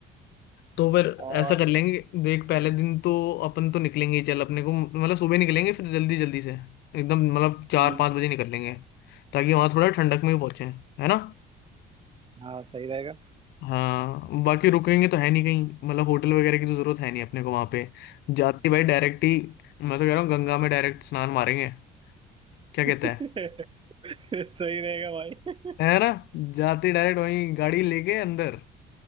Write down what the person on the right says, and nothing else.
और
हम्म,
हाँ सही रहेगा
<laughs>
सही रहेगा भाई